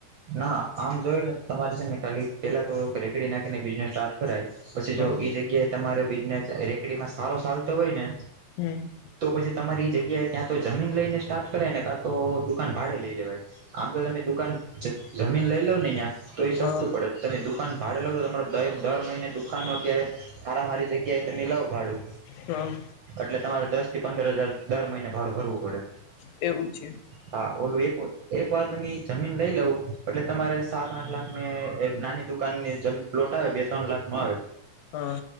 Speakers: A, on the right (about 70°); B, on the left (about 80°).
A: ના આમ જોયું ને તમારે છે ને ખાલી પેલા તો રેકડી નાખીને બિઝનેસ સ્ટાર્ટ કરાય. પછી
B: હા
A: જો એઈ જગ્યાએ તમારો બિઝનેસ રેકડીમાં સારો ચાલતો હોય ને
B: હમ.
A: તો પછી તમારી એ જગ્યાએ ક્યાં તો જમીન લઈને સ્ટાર્ટ કરાય ને ક્યાં તો દુકાન ભાડે લઈ લેવાય. આમ તો તમે દુકાન જમીન લઈ લ ને તો એ
B: હા
A: સસ્તું પડે. તમે દુકાન ભાડે લાવ છો તમારે દર મહિને દુકાન નો અ્યારે હાર મા હારી જગ્યાએ તને લવ ભાડું
B: હમ્મ
A: એટલે તમારે દસ થી પંદર હજાર દર મહિને ભાડું ભરવું પડે
B: એવું છે.
A: હા ઓલું એક એક વાર ત જમીન લઈ લવું એટલે તમારે સાત આઠ લાખ ને એક નાની દુકાન ની જેમ પ્લોટ આવે બે ત્રન લાખ મા આવે
B: હા